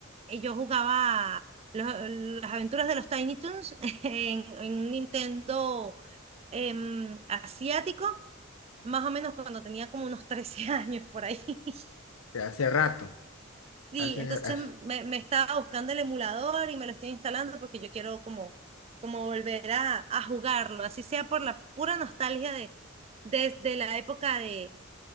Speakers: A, on the right; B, on the left.
A: eh, yo jugaba los- las aventuras de los Tiny Toons <laughs> en, en un Nintendo em, asiático, más o menos cuando tenía como unos <laughs> 13 años por ahí. <laughs>
B: de hace rato.
A: Sí,
B: Hace,
A: entonces
B: hace-
A: me, me estaba buscando el emulador y me lo estoy instalando porque yo quiero como, como volver a, a jugarlo, así sea por la pura nostalgia de desde la época de,